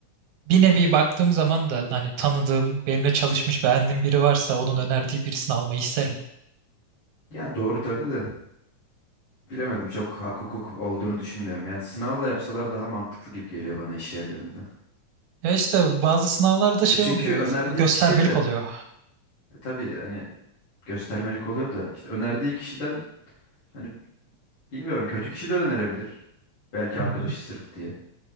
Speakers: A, on the right; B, on the left.
A: bir nevi baktığım zaman da hani tanıdığım, benimle çalışmış, beğendiğim biri varsa onun önerdiği birisini almayı isterim.
B: Yani doğru tabii de bilemedim çok hak hukuk olduğunu düşünmüyorum. Yani sınavla yapsalar daha mantıklı gibi geliyor bana iş yerlerinde.
A: Ya işte bazı sınavlarda şey
B: E çünkü
A: oluyor,
B: önerdiği
A: göstermelik
B: kişiye de
A: oluyor.
B: e tabii hani göstermelik oluyor da işte önerdiği kişiden hani bilmiyorum kötü kişi de önerebilir. Belki
A: Hı
B: arkadaşı
A: hı,
B: sırf diye.